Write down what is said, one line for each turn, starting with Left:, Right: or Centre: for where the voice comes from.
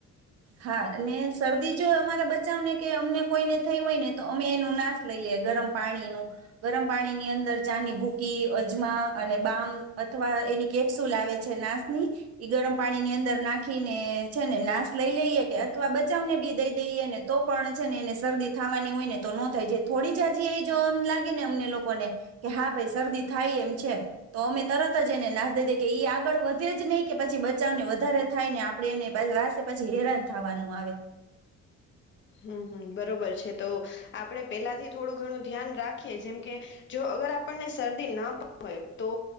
Right: હા ને શરદી જો અમારા બચાવને કે અમને કોઈને થઈ હોય ને તો અમે એનું નાશ લઈ લઈએ ગરમ પાણીનું, ગરમ પાણીની અંદર ચાની ભૂકી, અજમા અને બામ અથવા એની કેપ્સુલ આવે છે નાશની એ ગરમ પાણીની અંદર નાખીને છે ને નાશ. લઈ લઈએ કે અથવા બચાવ ને બી દઈ દઈએ ને તો પણ છે ને એને શરદી થાવાની હોય ને તો નો થાય, જે જાય થોડી જ જ્યા એ જો એમ લાગે ને અમને લોકોને કે હા ભાઈ શરદી થાય એમ છે, તો અમે તરત જ એને નાશ દઈ દઈએ કે એ આગળ વધે જ નહીં કે પછી બચાવને વધારે થાય ને આપણે એને ભઈ પછી હેરાન થવાનું આવે.
Left: હમ્મ હમ્મ બરોબર છે તો આપણે પેલાથી થોડું ઘણું ધ્યાન રાખીએ જેમ કે, જો અગર આપણને શરદી ના હોય તો